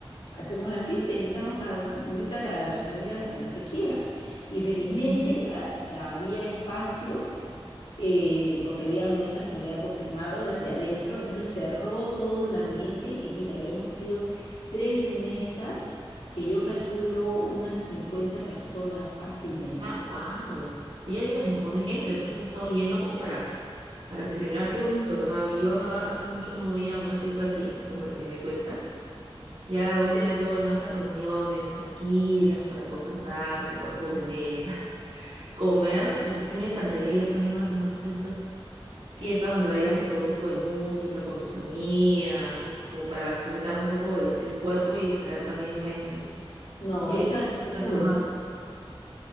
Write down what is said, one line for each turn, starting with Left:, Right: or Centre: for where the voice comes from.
Left: hacemos la fiesta, invitamos a, invita a tus amigas a las que quiera. Y felizmente
Right: Ujú.
Left: a- había espacio eh, porque habían mesas que no habían confirmado, las de adentro, entonces cerró todo un ambiente y mira, habremos sido tres mesas que yo calculo unas 50 personas fácilmente.
Right: Ah, wow. Sí, ha habido un montón de gente, entonces ha estado yendo como para para celebrar. Qué bonito, ¿verdad? Y yo, en verdad, hace mucho no voy a una fiesta así, como la que me cuentas. Ya últimamente voy más a reuniones tranquilas para conversar, jugar juegos de mesa, <laughs> comer, pero sí me encantaría ir también a esas noches, a estas fiestas donde bailas de todo tipo de música con tus amigas, como para soltar un poco el, el cuerpo y distraer también la mente.
Left: No,
Right: Qué,
Left: esta,
Right: qué-
Left: esta
Right: verdad.
Left: es buenísima.